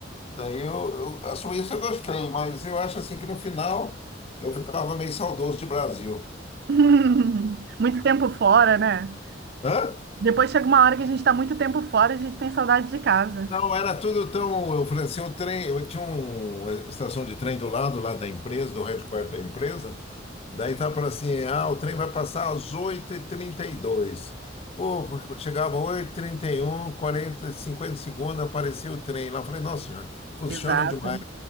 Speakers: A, on the left; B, on the right.
A: Daí eu, eu- a Suíça eu gostei, mas eu acho assim que no final eu ficava meio saudoso de Brasil.
B: <laughs> Muito tempo fora, né?
A: Hã?
B: Depois chega uma hora que a gente está muito tempo fora, e a gente tem saudade de casa.
A: Não, era tudo tão. Eu falei assim, o trem, eu tinha uma estação de trem do lado lá da empresa, do headquarter da empresa. Daí tá para assim, ah, o trem vai passar às oito e trinta e dois. Pô, chegava oito e trinta e um, quarenta, cinquenta segundos, aparecia o trem lá. Eu falei, nossa senhora, funciona
B: Exato,
A: demais,